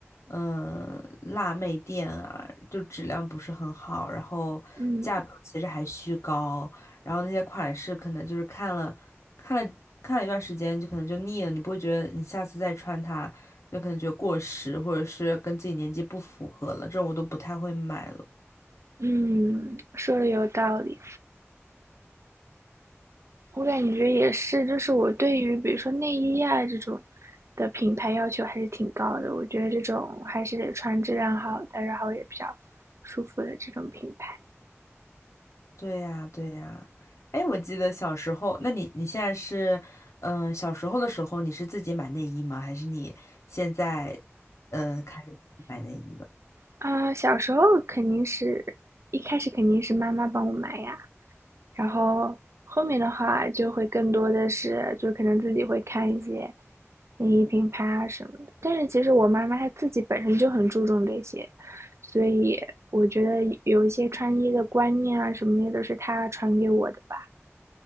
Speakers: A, on the left; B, on the right.
A: 嗯，辣妹店啊，就质量不是很好，然后价格其实还虚高。
B: 嗯
A: 然后那些款式可能就是看了看了看了一段时间，就可能就腻了，你不会觉得你下次再穿它，就可能觉得过时，或者是跟自己年纪不符合了，这种我都不太会买了。
B: 嗯，说的有道理。我感觉也是，就是我对于比如说内衣啊这种的品牌要求还是挺高的。我觉得这种还是得穿质量好的，然后也比较舒服的这种品牌。
A: 对呀，对呀。哎，我记得小时候，那你你现在是，嗯、小时候的时候你你是是自自己己买买内内衣衣吗？还是你现在呃开始自己买内衣了？
B: 啊、小时候肯定是一开始肯定是妈妈帮我买呀。然后后面的话就会更多的是，就可能自己会看一些内衣品牌啊什么的。但是其实我妈妈她自己本身就很注重这些，所以我觉得有一些穿衣的观念啊什么的都是她传给我的吧。